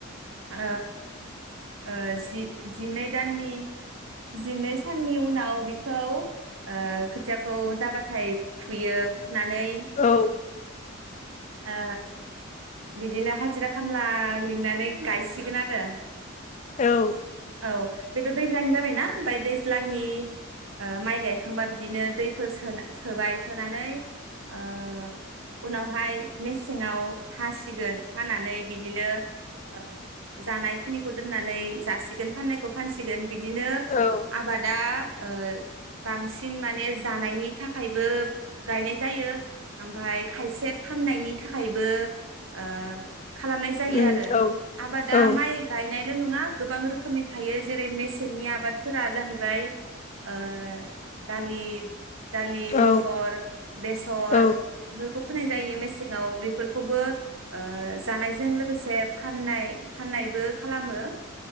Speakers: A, on the right; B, on the left.
A: ओ ओ जि-जिनै दाननि जिनै साननि उनाव बिखौ ओ खोथियाखौ जाबाथाय फुयो फुनानै
B: औ
A: ओ बिदिनो हाजिरा खामला लिंनानै गायसिगोन आरो।
B: औ
A: औ बेथ' दैज्लांनि जाबायना ओमफाय दैज्लांनि ओ माइ गायखांबा बिदिनो दैफोर सोन सोबाय सोनानै ओ उनावहाय मेसेंआव हासिगोन हानानै बिदिनो ओ जानाय खिनिखौ दोननानै जासिगोन फाननायखौ फानसिगोन बिदिनो
B: औ
A: आबादा ओ बांसिन माने जानायनि थाखायबो गायनाय जायो। ओमफाय खायसे फाननायनि थाखायबो ओ खालामनाय जायो
B: उम
A: आरो
B: औ
A: आबादा
B: औ
A: माइ गायनाय लो नङा गोबां रोखोमनि थायो। जेरै मेसेंनि आबादफोरा जाहैबाय ओ दालि दालि मटर
B: औ
A: बेसर
B: औ
A: बेफोरखौ फोनाय जायो मेसेंआव बेफोरखौबो ओ जानायजों लोगोसे फाननाय फाननायबो खालामो